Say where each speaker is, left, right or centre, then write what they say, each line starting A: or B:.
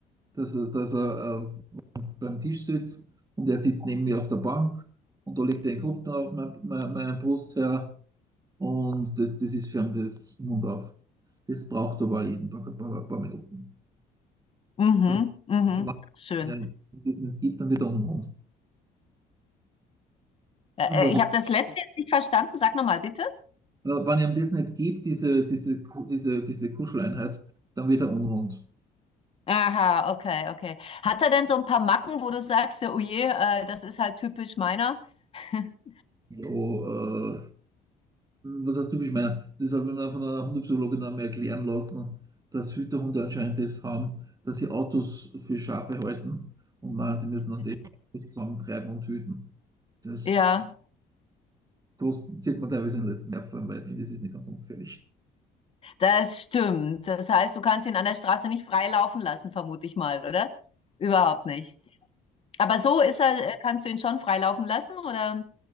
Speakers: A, on the right; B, on the left.
A: dass er, dass er äh, beim Tisch sitzt und er sitzt neben mir auf der Bank und da legt er den Kopf dann auf mein, mein, meine Brust her Und das, das ist für fern des Mund auf. Das braucht aber jeden Tag ein paar, ein paar Minuten.
B: Mhm.
A: Also,
B: Mhm.
A: wenn
B: Schön.
A: einem das nicht gibt, dann wird er unrund.
B: Äh,
A: Und was,
B: äh, ich
A: äh,
B: habe das letzte jetzt nicht verstanden. Sag nochmal, bitte.
A: wenn ihm das nicht gibt, diese, diese, Ku- diese, diese Kuscheleinheit, dann wird er unrund.
B: Aha, okay, okay. Hat er denn so ein paar Macken, wo du sagst, ja, oh je, äh, das ist halt typisch meiner? <laughs>
A: Ja, äh, was heißt typisch meiner? Das habe ich mir von einer Hundepsychologin einmal erklären lassen, dass Hüterhunde anscheinend das haben, dass sie Autos für Schafe halten und meinen, sie müssen dann die Autos zusammentreiben und hüten. Das
B: Ja.
A: Das sieht man teilweise in den letzten Jahren weil ich finde, das ist nicht ganz ungefährlich.
B: Das stimmt. Das heißt, du kannst ihn an der Straße nicht frei laufen lassen, vermute ich mal, oder? Überhaupt nicht. Aber so ist er, äh, kannst du ihn schon frei laufen lassen, oder?